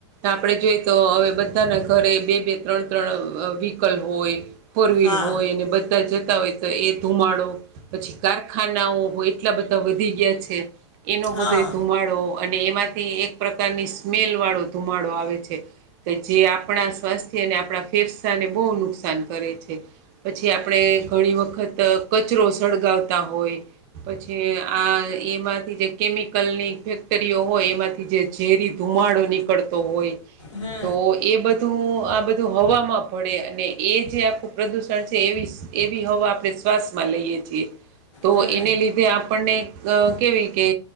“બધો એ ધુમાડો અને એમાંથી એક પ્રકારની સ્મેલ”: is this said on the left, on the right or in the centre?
Right